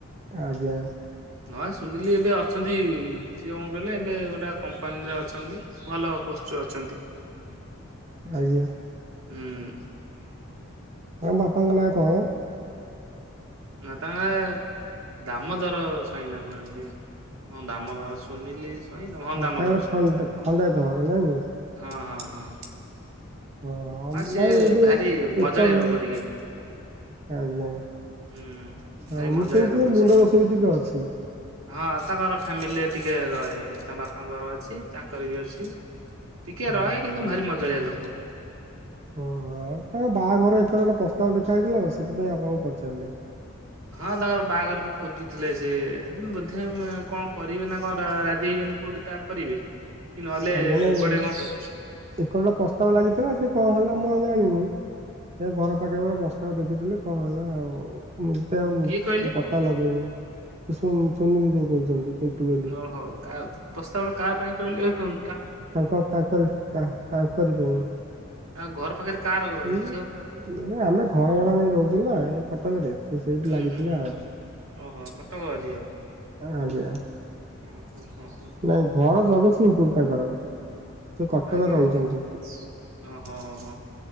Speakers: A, on the right (about 30°); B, on the right (about 75°).
A: ଆଜ୍ଞା।
B: ହଁ ସୁନିଲି ଏବେ ଅଛନ୍ତି ସିଏ କଣ କହିଲେ ଏବେ ଗୋଟେ କମ୍ପାନୀରେ ଅଛନ୍ତି ଭଲ ପୋଷ୍ଟରେ ଅଛନ୍ତି।
A: ଆଜ୍ଞା।
B: ହୁଁ।
A: ତମ ବାପାଙ୍କ ନାଁ କଣ?
B: ନା ତାଙ୍କେ ଦାମୋଦର ସ୍ବାଇଁ ନା କଣ ଏମିତି ଦାମୋଦର, ସୁନିଲି ସ୍ୱାଇଁ ହଁ ଦାମୋଦର
A: ତାଙ୍କର
B: ସ୍ୱାଇଁ,
A: ଖଣ୍ଡ ଖଣ୍ଡାୟତ ଘର ନାଇଁ
B: ହଁ ହଁ। ହଁ।
A: ହଁ ଆଉ
B: ସିଏ
A: ନାଇଁ ଏବେ
B: ଭାରି ମଜାଳିଆ
A: ଏକରେ
B: ଲୋକ ଟିକେ।
A: ଆଜ୍ଞା।
B: ହୁଁ
A: ହଁ
B: ଭାରି
A: ମୁଁ
B: ମଜାଳିଆ
A: ଶୁଣିଥିଲି
B: ଲୋକ
A: ମୁଣ୍ଡ
B: ସିଏ
A: ଦୋଷ ବି ଟିକେ ଅଛି।
B: ହଁ ତାଙ୍କର ଫ୍ୟାମିଲିରେ ଟିକେ ରହେ ତା ବାପାଙ୍କର ଅଛି ତାଙ୍କର ବି ଅଛି। ଟିକେ
A: ଓହୋ
B: ରହେ କିନ୍ତୁ ଭାରି ମଜାଳିଆ ଲୋକ।
A: ଓହୋ ତାଙ୍କ ବାହାଘର ଏକରେ ଗୋଟେ ପ୍ରସ୍ତାବ ଦେଖା ହେଇଥିଲା ତ ସେଥିପାଇଁ ଆପଣଙ୍କୁ ପଚାରିଲି।
B: ହଁ ତାଙ୍କର ବାହାଘର ବି ଖୋଜୁଥିଲେ ସେ ବୋଧେ <unintelligible> କଣ କରିବେ ନା କଣ ରାଜି ହେଇଛନ୍ତି କୋଉଠି ତା କରିବେ? କି ନହେଲେ
A: ଆଜ୍ଞା ନାଇଁ
B: ଏପଟେ କଣ ହୁଁ
A: ଏକରଟେ ପ୍ରସ୍ତାବ ଲାଗିଥିଲା ସେ କଣ ହେଲା ମୁଁ ଆଉ ଜାଣିନି। ସେ ଘର ପାଖରେ ଗୋଟେ ପ୍ରସ୍ତାବ ଦେଖିଥିଲେ କଣ ହେଲା ଆଉ ମୁଁ ଏତେ ଆଉ
B: କିଏ କହିଲେ?
A: ପତା ଲଗେଇନି। ସୁନ ସୁନିଲି ଯୋଉ କହୁଛନ୍ତି। ପିଣ୍ଟୁ ବୋଲି
B: ଓହୋ କା ପ୍ରସ୍ତାବ ଟା କାହା ପାଇଁ କହିଲେ କ
A: ତାଙ୍କ ତାଙ୍କର ତାଙ୍କରି ପାଇଁ।
B: ଆଉ ଘର ପାଖରେ କାର
A: ଏଇ
B: ଝିଅ କାହାର କହିଲ?
A: ଏ ଆମେ ଘର ଭଡ଼ା ନେଇ ରହୁଛୁ ନା ଏଇ କଟକରେ ସେଇଠି
B: ହୁଁ
A: ଲାଗିଥିଲା
B: ହୁଁ
A: ଆଉ।
B: ଓହୋ କଟକ ଝିଅ।
A: ଆଜ୍ଞା।
B: ଓ ହୋ ହ ହୋ।
A: ନାଇଁ ଘର ଜଗତସିଂହପୁର ତାଙ୍କର। ସେ କଟକରେ
B: ଆଜ୍ଞା
A: ରହୁଛନ୍ତି।
B: ଆଜ୍ଞା ଓ ହୋ ହୋ ହୋ।